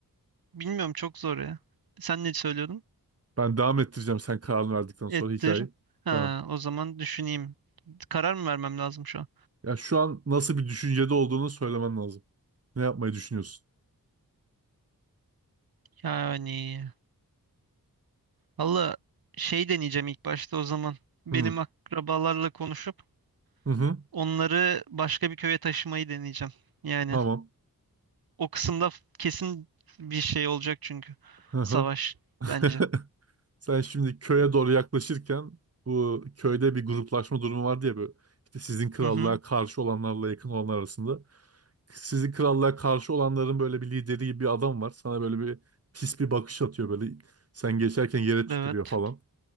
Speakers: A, on the right; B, on the right.
A: bilmiyorum çok zor ya. Sen ne söylüyordun?
B: ben devam ettireceğim sen kararını verdikten sonra
A: Ettir.
B: hikayeyi.
A: Ha,
B: Tamam.
A: o zaman düşüneyim. Karar mı vermem lazım şu an?
B: Ya şu an nasıl bir düşüncede olduğunu söylemen lazım. Ne yapmayı düşünüyorsun?
A: Yani valla şey deneyeceğim ilk başta o zaman. Benim
B: Hı
A: akrabalarla konuşup
B: hı. hı.
A: onları başka bir köye taşımayı deneyeceğim. Yani
B: Tamam.
A: O kısımda kesin bir şey olacak çünkü.
B: Hı hı.
A: Savaş
B: <laughs>
A: bence.
B: Sen şimdi köye doğru yaklaşırken bu köyde bir gruplaşma durumu vardı ya böyle. İşte sizin krallığa
A: Hı hı.
B: karşı olanlarla yakın olanlar arasında. Sizin krallığa karşı olanların böyle bir lideri gibi bir adam var. Sana böyle bir pis bir bakış atıyor böyle. Sen geçerken yere tükürüyor
A: Evet.
B: falan.